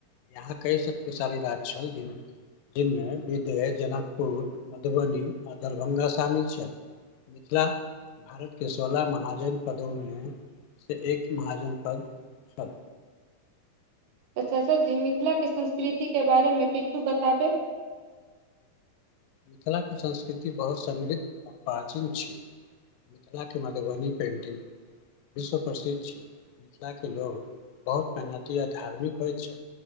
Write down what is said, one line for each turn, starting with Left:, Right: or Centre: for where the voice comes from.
Left: यहाँ कई शत्तिशाली राज्य छल। जी नमे विदय, जनकपुर, मधुबनी आ दरभ्गा शामिल छै। मिथिला भारत के सोलह महाजन पदो में से एक महाजन पद छल
Right: तऽ चाचा जी मिथिलाक के संस्कृति के बारे में किछु बताबे।
Left: मिथिलाके संस्कृति बहुत समृद्ध आ प्राचीन छै मिथिलाके मधुबनी पेंटिंग विश्व प्रसिद्ध छी मिथिलाके लोग बहुत मेहनती आ धार्मिक होइत छथि